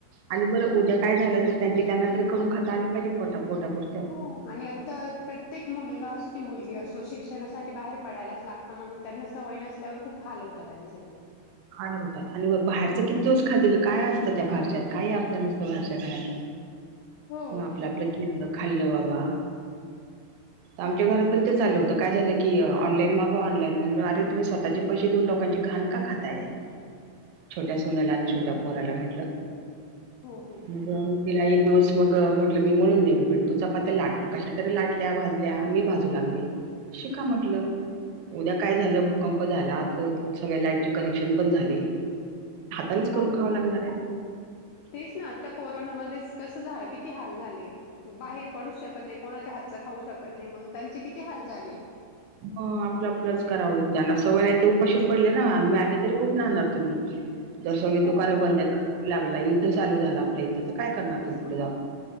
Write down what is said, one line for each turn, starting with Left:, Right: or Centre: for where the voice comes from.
Right: आणि बरं उद्या काय झालं तर, त्यांची त्यांना तरी करून खाता आले पाहिजे. पोटा-पोटा पुर
Left: हो आणि आता प्रत्येक मुलगा असो कि मुलगी असो शिक्षणासाठी बाहेर पडायलाच लाग मंग त्यांना सवय नसल्यावर खूप हाल होता त्यांचे मग.
Right: हाल होतात आणि बाहेरचं किती दिवस खातील, काय असतं त्या बाहेरच्यात, काही अर्थ नसतं बाहेरच्या खाण्यात.
Left: हो
Right: मग आपलं-आपलं केलेलं खाल्लं बाबा. आमच्या घरात पण ते चालू होत, काय झालं की ऑलाईन मागवा, ऑनलाईन म्हणल अरे तुम्ही स्वतःची पैसे देऊन लोांकांची घाण का खाता? काय छोट्या सुनला आणि
Left: तेच
Right: छोट्या
Left: ना
Right: पोराला म्हटलं,
Left: हो हो
Right: म किंवा म तिला एक दिवस मग म्हटलं मी मळून देईन पीठ तु चपात्या लाट, मग कशात तरी लाटल्या, भाजल्या मी भाजू लागले शिका म्हटल. उद्या काय झालं, भूकंप झाला, आ सगळ्या लाईटचे कनेक्शन बंद झाले हातानीच करून
Left: हो
Right: खाव लागणार आहे.
Left: तेच ना आता कोरोनामध्येच कसं झा, किती हाल झाले बाहेर पडूच शकत नाही, कोणाच्या हातच खाऊ शकत नाही, मंग त्यांचे किती हाल झाले.
Right: म आपलं आपलंच करावं, ज्यांना सवय नाही ते उपाशीच पडले ना आणि मॅगी त तरी कुठून आणणार तुम्ही, जर सगळी
Left: हो
Right: दुकानं बंद आहेत कर्फ्यू लागला, युद्ध चालू झाल आपल्या इथं तर काय करणार तुम्ही पुढे जाऊन.